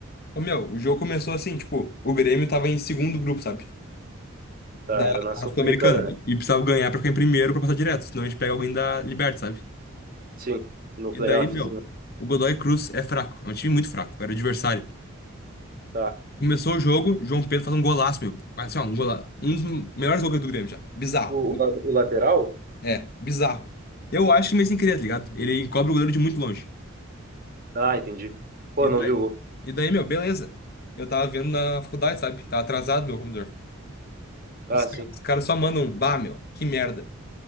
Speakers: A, on the left; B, on the right.
A: Ô, meu, o jogo começou assim, tipo, o Grêmio tava em segundo grupo, sabe?
B: Tá,
A: Da
B: era na Sul-Americana,
A: Sul-Americana.
B: né?
A: E precisava ganhar pra ficar em primeiro pra passar direto. Senão a gente pega alguém da Liberta, sabe?
B: Sim, no
A: E
B: playoffzinho.
A: daí, meu, o Godoy Cruz é fraco. É um time muito fraco. Era o adversário.
B: Tá.
A: Começou o jogo, João Pedro faz um golaço, meu. Mas assim, ó, um, gola... um dos melhores gols do Grêmio já. Bizarro.
B: O, o la- o lateral?
A: É, bizarro. Eu acho que mas sem querer, tá ligado? Ele encobre o goleiro de muito longe.
B: Ah, entendi. Pô,
A: E daí,
B: não vi o gol.
A: e daí, meu, beleza. Eu tava vendo na faculdade, sabe? Tá atrasado meu computador.
B: Ah,
A: Os, ca-
B: sim.
A: os caras só mandam, bah, meu, que merda.